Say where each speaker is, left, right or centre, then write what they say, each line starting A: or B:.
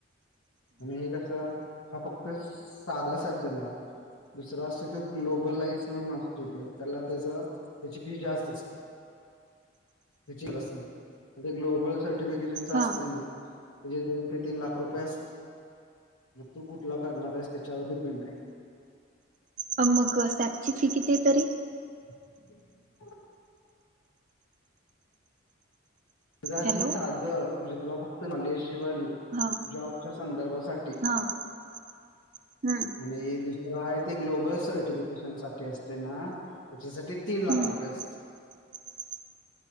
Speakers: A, on the left; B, on the right.
A: आणि हे कसं हा फक्त साधा सॅप झाला. दुसरा असं कीव ग्लोबलाइज म्हणून असतोय तो, त्याला त्याच त्याची फी जास्त असते. म्हणजे ग्लोबल सर्टिफिकेशनच
B: हा
A: असतय ना, तेजे दोन ते तीन लाख रुपये असते. मग तू कुठला करणार आहेस, त्याच्यावर डिपेंड आहे.
B: अ म ग त्याची फी किती आहे तरी?
A: <inaudible> जर
B: हॅलो
A: हे साध म्हणजे तुला फक्त नॉलेजेबल
B: हा
A: जॉबच्या संदर्भासाठी
B: हा <inaudible>
A: आणि दुसरा आहे ते ग्लोबल सर्टिफिकेशन साठी असतय ना. त्याच्यासाठी तीन लाख
B: हम्म
A: रुपये असते.
B: <inaudible>